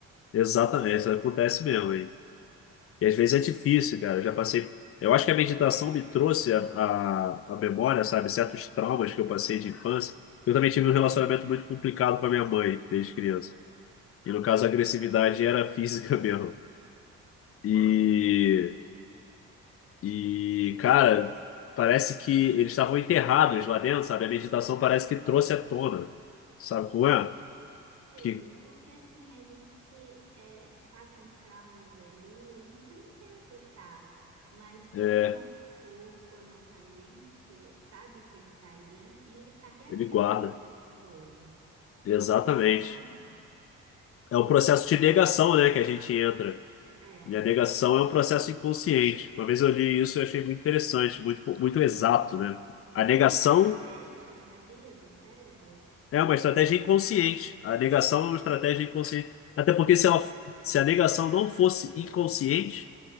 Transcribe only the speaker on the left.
exatamente, isso acontece mesmo, E às vezes é difícil,
cara. Eu já passei. Eu acho que a meditação me trouxe a, a, a memória, sabe? Certos traumas que eu passei de infância. Eu também tive
um relacionamento muito complicado com a minha mãe desde criança. E no caso, a agressividade era física <laughs> mesmo. E,
e cara, parece que eles estavam enterrados lá dentro, sabe? A meditação parece que trouxe à tona. Sabe como é?
Que
é
ele guarda.
Exatamente.
É um processo de negação, né, que a gente entra.
E a negação é um processo inconsciente. Uma vez eu li isso e achei
muito interessante, muito, muito exato, né? A
negação
é uma estratégia inconsciente. A negação é uma estratégia inconsciente. Até porque se ela, se a negação não fosse inconsciente,